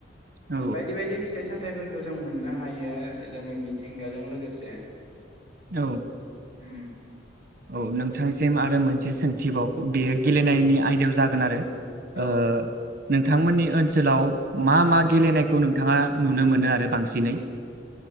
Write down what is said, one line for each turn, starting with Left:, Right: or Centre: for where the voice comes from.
Right: औ
Left: बिदिनो बायदि बायदि फिथाइ सामथायाइफोर खौ जों मोननोहायो जोंनि मिथिंगाजों लोगोसे।
Right: औ।
Left: उम।
Right: औ नोंथांनिसिम आरो मोनसे सोंथिबाव? बेयो गेलेनायनि
Left: औ
Right: आयदायाव जागोनआरो
Left: औ
Right: ओह नोंथांमोननि ओनसोलाव मा
Left: औ
Right: मा गैलिनाय खौ नोंथाङा नुनो मोनोआरो बांसिनै?